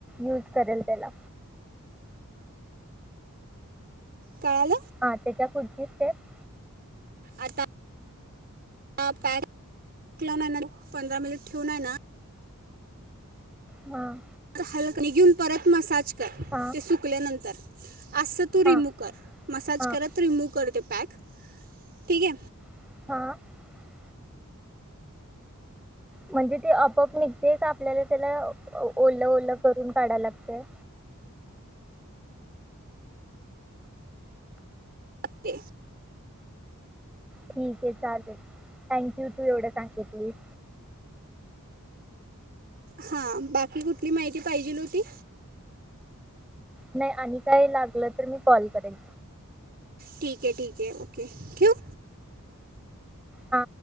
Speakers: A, in the centre; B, on the right.
A: यूज करेल त्याला.
B: <inaudible> काल
A: हा त्याच्यापुढची स्टेप, <inaudible>
B: आ आता, <inaudible> आ पॅक <inaudible> का लाडू आहे ना पंधरा मिनिट ठेऊून आहे ना
A: ह.
B: हल निघेून परत मसाज कर
A: हां
B: ते सुकल्यानंतर अस तू
A: हा
B: रिमू कर मसाज
A: हा
B: करत रिमूव करते. पॅक, ठीके.
A: <inaudible> म्हणजे ते आपप निघतय, का आपल्याला त्याला ओलं ओलं करून काढाय लागतंय?
B: <unintelligible>
A: ठीके चालेल. थँक्यू तू एवढं सांगतलीस.
B: हां, बाकी कुठली माहिती पाहिजेल होती?
A: नाही आणि काय लागलं तर मी कॉल करेन.
B: ठीके ठीके ओके, ठेवू.
A: आं